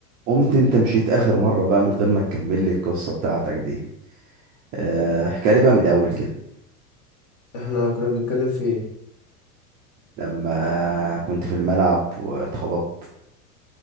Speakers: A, on the right; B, on the left.
A: قمت انت مشيت اخر مرة بقى من غير ما تكمل لي القصة بتاعتك دي آه، احكي لي بقى من الاول كده
B: احنا كنا بنتكلم في ايه
A: لما كنت في الملعب واتخبطت